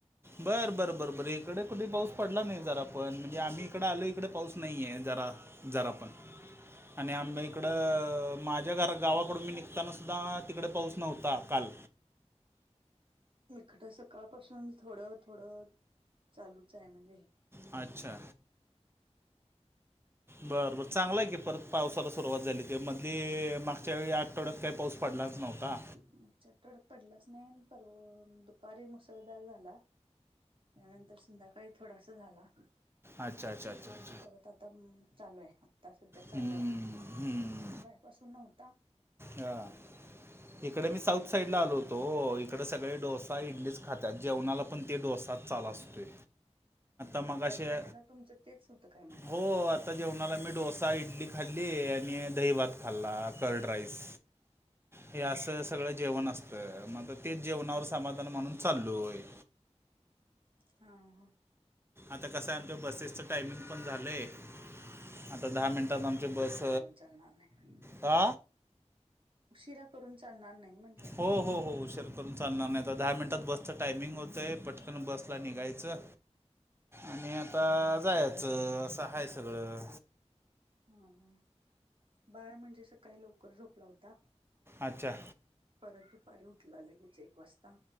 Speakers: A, on the right; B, on the right.
A: बरं बर बर बर इकडे कुठे पाऊस पडला नाही जरा पण म्हणजे आम्ही इकडे आलोय. इकडे पाऊस नाही आहे जरा जरा पण आणि आमच्या
B: आता
A: इकडं माझ्या घरा गावाकडून मी निघताना सुुद्धा तिकडे पाऊस नव्हता काल
B: इकडं सकाळपासून थोडं थोडं चालूच आहे म्हणजे
A: अच्छा बरबर
B: अरे
A: चांगलाय की परत पावसाला सुरुवात झाली ते मधी मागच्या वेळी आठवड्यात काही पाऊस पडलाच नव्हता.
B: अमच्या कड तर पडलंच नाही पर दुपारी मुसळधार झाला. त्यानंतर संध्याकाळी थोडासा झाला.
A: अच्छ अच्छ अच्ा
B: परत आता चालू आहे आता सध्या चालू
A: हम्म,
B: आहे
A: हम्म.
B: मगा पासून नव्हत.
A: हा इकडे मी साऊथ साईड ला आलो होतो इकडे सगळे डोसा इडलीच खातात जेवणाला पण ते डोसा. चाल असतोय. मग
B: आता
A: असे
B: जेवणाला तुमचं तेच होतं काय मग.
A: हो आता जेवणाला मी डोसा इडली खाल्ली आणि दहीभात खाल्ला कर्ड राईस. हे असं सगळं जेवण असतं मग तेच जेवणावर समाधान म्हणून चाललोय आहे.
B: हा हा
A: आता कसं आहे आमच्या बसेसचं टायमिंग पण झालंय. आता दहा मिनिटात आमची
B: लेट
A: बस
B: करून चालणार नाही
A: ह.
B: उशिरा करून चालणार नाही म्हटलं.
A: हो हो हो उशर करून चालणार नाही तर दहा मिनिटात बसचं टायमिंग होतंय पटकन बसला निघायचं. आणि आतां जायचं असं हायं सगळं
B: हं बाळं म्हणजे असं सकाळीं लवकरं झोपलां होतां
A: अच्छा
B: परंत दुपारी उठलां लगेचं एक वाजतां